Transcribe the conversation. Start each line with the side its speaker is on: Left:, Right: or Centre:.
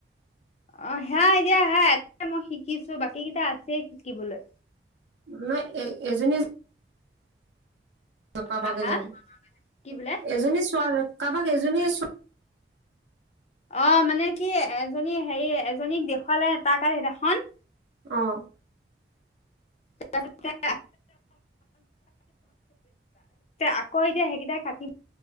Left: অ' সেয়াই এতিয়া হা এ মই শিকিছো বাক এইকেইটা আছে শিকিবলৈ।
Right: নাই এ এজনী এজ কাৰোবাক
Left: হা হা
Right: এজনী-
Left: কি বোলে
Right: এজনী ছোৱাল কাৰোবাক এজনী চোৱা
Left: অ' মানে কি এজনী হেৰি এজনীক দেখুৱালে তাকাল সেইদিনাখন।
Right: অঁ।
Left: <unintelligible> আকৌ এতিয়া সেইকেইটাই কাটি নাই